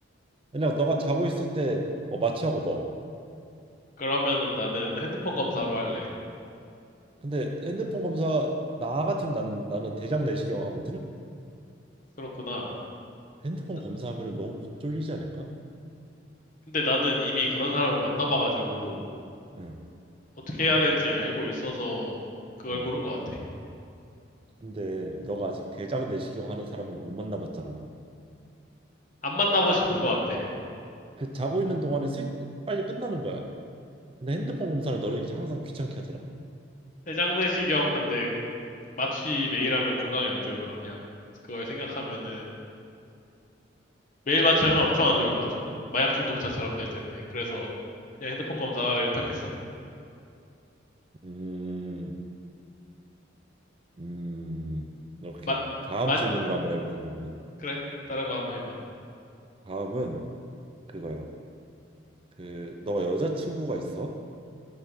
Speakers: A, on the right; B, on the left.
A: 그냥 너가 자고 있을 때 어, 마취하고 넣어.
B: 그러면은 나는 핸드폰 검사로 할래.
A: 근데 핸드폰 검사 나 같으면 난 나는 대장 내시경 하거든.
B: 그렇구나.
A: 핸드폰
B: 나-
A: 검사하면 너무 쫄리지 않을까?
B: 근데 나는 이미 그런 사람을 만나봐가지고
A: 응,
B: 어떻게 해야 될지 알고 있어서 그걸
A: 응.
B: 고른 것 같아.
A: 근데 너가 아직 대장 내시경 하는 사람은 못 만나봤잖아.
B: 안 만나고 싶은
A: 그냥
B: 것 같아.
A: 그 자고 있는 동안에 슬 빨리 끝나는 거야. 근데 핸드폰 검사는 너를 이제 항상 귀찮게 하잖아
B: 내장내시경 근데 마취 매일 하면 건강에 안 좋을 거 아니야. 그래서 그걸 생각하면은 매일 마취하면 엄청 안 좋을 것 같은데? 마약 중독자처럼 될 텐데. 그래서 그냥 핸드폰 검사를 택했어 나는.
A: 음, 음, 오케이.
B: 마,
A: 다음
B: 만,
A: 질문으로 한번 해볼게. 그러면은
B: 그래. 다른 거 한번 해봐.
A: 다음은 그거야. 그 너가 여자친구가 있어?